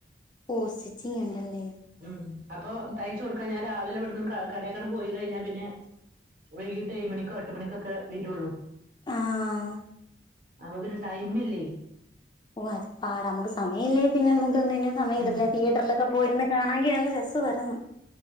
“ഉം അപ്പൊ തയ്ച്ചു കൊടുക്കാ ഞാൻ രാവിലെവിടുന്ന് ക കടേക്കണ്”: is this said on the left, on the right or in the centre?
Right